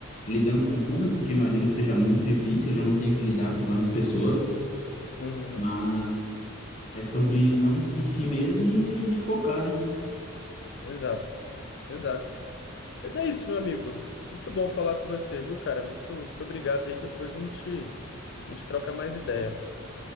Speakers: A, on the left; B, on the left.
A: lidando com o público, que eu imagino que seja muito difícil, eu já não tenho que lidar com
B: Sim.
A: tantas pessoas,
B: Uhum.
A: mas É sobre não desistir mesmo e a gente focar, né?
B: Exato. Exato. Mas é isso, meu amigo. Muito bom falar com você, viu, cara? Muito, muito obrigado aí. Depois a gente, a gente troca mais ideia.